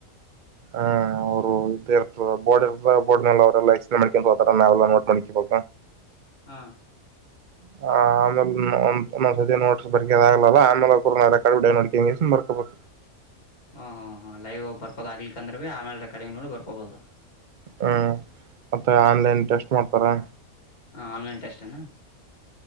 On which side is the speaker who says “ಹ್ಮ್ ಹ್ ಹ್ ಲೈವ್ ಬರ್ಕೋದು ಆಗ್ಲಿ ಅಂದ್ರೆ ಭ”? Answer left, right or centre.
Left